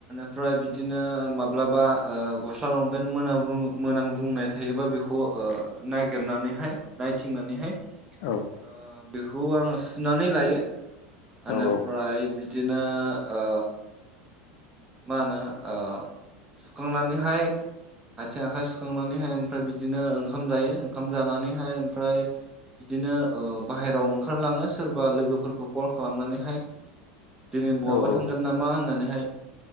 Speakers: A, on the right (about 15°); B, on the left (about 55°).
A: ओमफ्राय बिदिनो माब्लाबा ओ गस्ला लंपेन्ट मोनामब्रुं मोनामब्रुंनाय थायोबा बेखौ ओ नागिरनानैहाय नायथिंनानैहाय
B: औ
A: ओ बेखौ आङो सु सुनानै लायो ओनिफ्राय
B: औ
A: बिदिनो ओ मा होनो ओ सुखांनानैहाय आथिं आखाइ सुखांनानैहाय ओमफ्राय बिदिनो ओंख ओंखाम जायो ओंखाम जानानैहाय ओमफ्राय बिदिनो ओ बाहेराव ओंखारलाङो सोरबा लोगोफोरखौ कल खालामनानैहाय दिनै
B: औ
A: बहाबा
B: औ
A: थांगोन नामा होननानै हाय